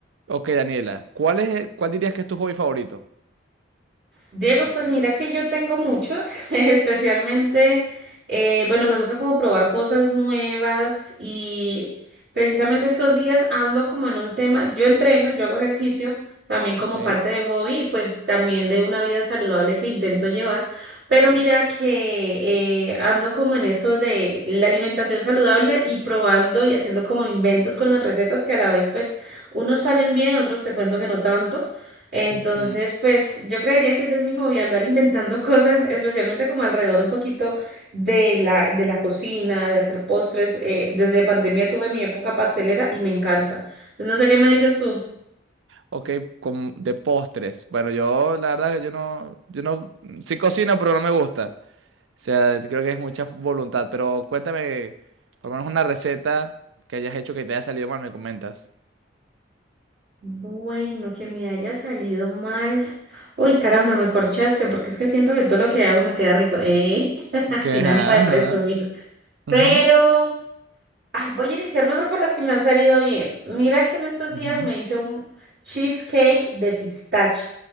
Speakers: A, on the right; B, on the right.
A: Ok, Daniela, ¿cuál es, cuál dirías que es tu hobby favorito?
B: Diego, pues mira que yo tengo muchos, <laughs> especialmente, eh, bueno, me gusta como probar cosas nuevas y precisamente estos días ando como en un tema, yo entreno, yo hago ejercicio, también como
A: Ok.
B: parte del hobby y pues también de una vida saludable que intento llevar, pero mira que eh, ando como en eso de la alimentación saludable y probando y haciendo como inventos con las recetas que a la vez pues unos salen bien, otros te cuento que no tanto. Entonces,
A: Ujú.
B: pues yo creería que ese es mi hobby, andar inventando <laughs> cosas, especialmente como alrededor un poquito de la, de la cocina, de hacer postres. Eh, desde pandemia tuve mi época pastelera y me encanta. Entonces, no sé qué me dices
A: Ok,
B: tú.
A: Ok, como de postres. Bueno, yo la verdad que yo no, yo no, sí cocino, pero no me gusta. O sea, creo que es mucha voluntad. Pero cuéntame, por lo menos una receta que hayas hecho que te haya salido mal, me comentas.
B: Bueno, que me haya salido mal. Uy, caramba, me corchaste, porque es que siento que todo lo que hago me queda rico, ¿eh? <laughs>
A: Ok, ajá,
B: Sin ánimo de presumir.
A: ajá. Ujú,
B: Pero... Ah, voy a iniciar mejor por las que me han salido bien. Mira que en estos
A: ujú.
B: días me hice un cheesecake de pistacho.